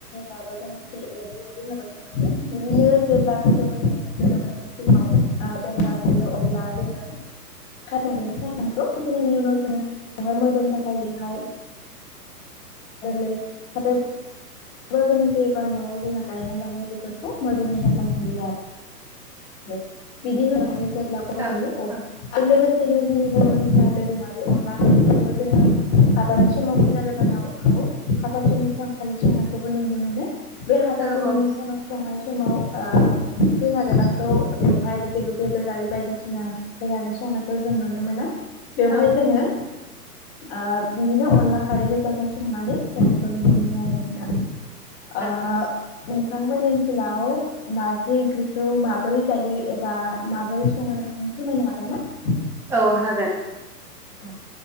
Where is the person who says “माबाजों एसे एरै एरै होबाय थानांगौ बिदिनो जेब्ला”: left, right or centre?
Left